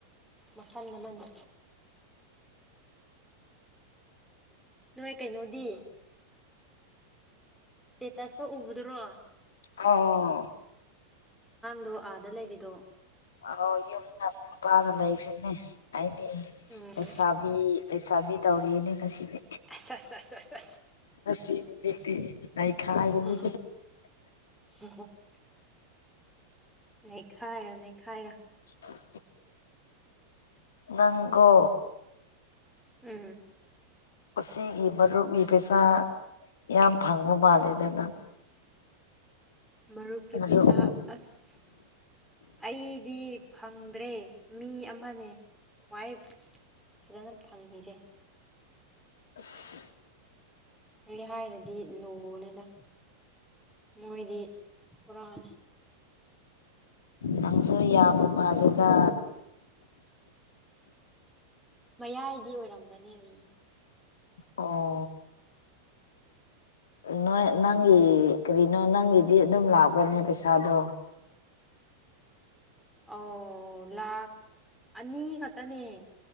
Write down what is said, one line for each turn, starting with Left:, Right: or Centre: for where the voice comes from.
Centre: ꯃꯈꯜ ꯑꯃꯅꯤ ꯅꯣꯏ ꯀꯩꯅꯣꯗꯤ ꯏꯁꯇꯦꯇꯁꯇ ꯎꯕꯗꯨꯔꯣ
Left: ꯑꯧ
Centre: ꯗꯣ ꯑꯥꯗ ꯂꯩꯔꯤꯗꯣ
Left: ꯑ ꯌꯨꯝꯗ ꯃꯄꯥꯒ ꯂꯩꯈ꯭ꯔꯤꯝꯅꯦ ꯑꯥꯏꯗꯤ
Centre: ꯎꯝ
Left: ꯂꯩꯁꯥꯕꯤ ꯂꯩꯁꯥꯕꯤ ꯇꯧꯔꯤꯌꯦꯅꯦ ꯉꯁꯤꯗꯤ
Centre: ꯑꯁ ꯑꯁ ꯑꯁ ꯑꯁ
Left: ꯉꯁꯤ ꯅꯨꯃꯤꯠꯇꯤ ꯅꯩꯈꯥꯏꯒꯅꯤ
Centre: ꯑꯁ <unintelligible> <unintelligible> ꯅꯩꯈꯥꯏꯔꯣ ꯅꯩꯈꯥꯏꯔꯣ
Left: <unintelligible> ꯅꯪꯪꯀꯣ
Centre: ꯎꯝ
Left: ꯑꯁꯤꯒꯤ ꯃꯔꯨꯞꯀꯤ ꯄꯩꯁꯥ ꯌꯥꯝ ꯐꯪꯕ ꯃꯥꯂꯦꯗ ꯅꯪ
Centre: ꯃꯔꯨꯞꯀꯤ
Left: ꯃꯔꯨꯞ
Centre: ꯄꯩꯁꯥ ꯑꯁ ꯑꯩꯗꯤ ꯐꯪꯗ꯭ꯔꯦ ꯃꯤ ꯑꯃꯅꯦ ꯈ꯭ꯋꯥꯏ ꯐꯖꯅ ꯐꯪꯉꯤꯁꯦ
Left: ꯑꯁ
Centre: ꯀꯩ ꯍꯥꯏꯔꯗꯤ ꯂꯣꯅꯦꯗ ꯃꯣꯏꯗꯤ ꯄꯨꯔꯥꯅꯦ
Left: ꯅꯪꯁꯨ ꯌꯥꯝꯕ ꯃꯥꯥꯂꯦꯗ
Centre: ꯃꯌꯥꯏꯗꯤ ꯑꯣꯏꯔꯝꯒꯅꯤꯝ
Left: ꯑꯣ ꯅꯣꯏ ꯅꯪꯒꯤ ꯀꯔꯤꯅꯣ ꯅꯪꯒꯤꯗꯤ ꯑꯗꯨꯝ ꯂꯥꯛꯄ꯭ꯔꯅꯦ ꯄꯩꯁꯥꯗꯣ
Centre: ꯑꯣ ꯂꯥꯈ ꯑꯅꯤ ꯈꯛꯇꯅꯦ